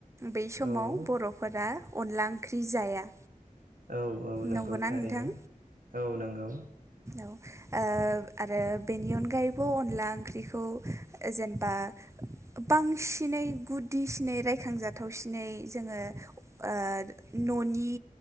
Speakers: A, on the right (about 20°); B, on the right (about 80°).
A: बै समाव
B: औ
A: बर'फोरा अनला ओंख्रि जाया।
B: औ औ नंगौ
A: नंगौना
B: थारैनो
A: नोंथां
B: औ नंगौ।
A: औ ओ आरो बेनि अनगायै ब अनला ओंख्रिखौ ओ जेनेबा बांसिनै गुद उदिसिनै रायखांजाथावसिनै जोंङो ओ न'नि